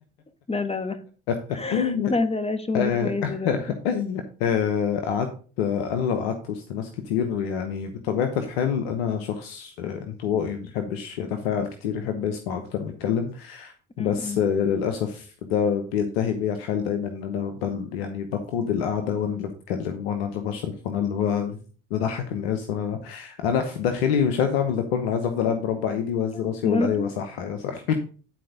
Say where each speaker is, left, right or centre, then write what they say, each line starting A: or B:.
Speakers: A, on the left (about 20°); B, on the left (about 80°).
A: لا لا لا
B: <laughs>
A: لا متقلقش مودي
B: آه،
A: كويس
B: <laughs>
A: دلوقتي
B: آه، قعدت انا لو قعدت وسط ناس كتير يعني بطبيعة الحال انا شخص آه، انطوائي ما بيحبش يتفاعل كتير يحب يسمع اكتر ما يتكلم بس
A: أمم.
B: آه، للاسف ده بينتهي بيا الحال دايما ان انا بل يعني بقود القعدة وانا اللي بتكلم وانا اللي بشرح وانا اللي ب- بضحك الناس انا انا في داخلي مش عايز اعمل ده كله انا عايز افضل قاعد مربع ايدي واهز
A: <laughs>
B: راسي واقول
A: برضو
B: ايوه صح ايوه صح